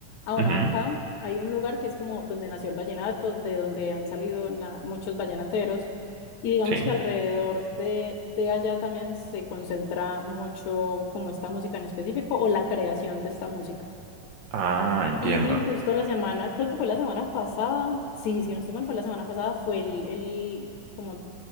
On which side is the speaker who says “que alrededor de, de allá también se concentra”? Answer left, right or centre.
Left